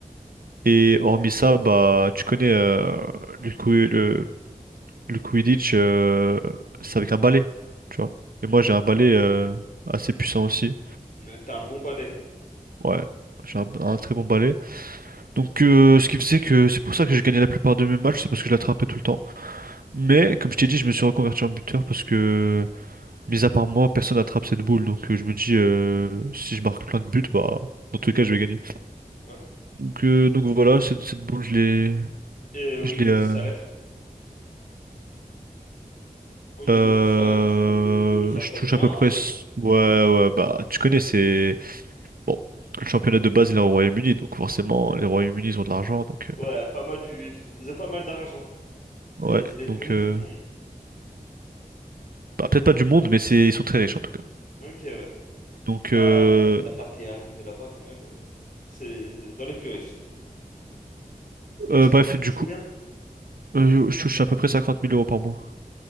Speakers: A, on the right; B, on the left.
A: Et hormis ça, bah, tu connais euh, le, coup- le, Le Quidditch, euh, c'est avec un balai, tu vois. Et moi, j'ai un balai euh, assez puissant aussi.
B: Euh, T'as un bon balai.
A: Ouais, j'ai un,
B: Ok.
A: un très bon balai. Donc, euh, ce qui faisait que c'est pour ça que j'ai gagné la plupart de mes matchs, c'est parce que je l'attrapais tout le temps. Mais, comme je t'ai dit, je me suis reconverti en buteur parce que, mis à part moi, personne n'attrape cette boule. Donc, euh, je me dis, euh, si je marque plein de buts, bah, dans tous les cas, je vais gagner.
B: Ouais.
A: Donc, euh, donc voilà, cette, cette boule, je l'ai.
B: Et au
A: Je
B: niveau
A: l'ai. euh,
B: du salaire? Au niveau
A: euh,
B: du salaire, tu... ça
A: je
B: se passe
A: touche
B: bien?
A: à peu près. s- Ouais, ouais, bah, tu connais, c'est. Bon, le championnat de base, il est au Royaume-Uni, donc forcément, les Royaumes-Unis, ils ont de l'argent, donc
B: Ouais, pas mal du... Ils ont pas mal d'argent. C'est
A: euh, ouais,
B: c'est les
A: donc
B: plus riches
A: euh,
B: du monde.
A: bah, peut-être pas du monde, mais c'est ils sont très riches en tout cas.
B: Ok, ouais.
A: Donc
B: Bah,
A: euh,
B: avec tout le Qatar qui est arrivé là-bas, quand même, euh, c'est dans les plus riches. Et
A: euh,
B: du coup,
A: bref,
B: tu touches
A: du coup,
B: combien?
A: euh, je touche à peu près cinquante mille euros par mois.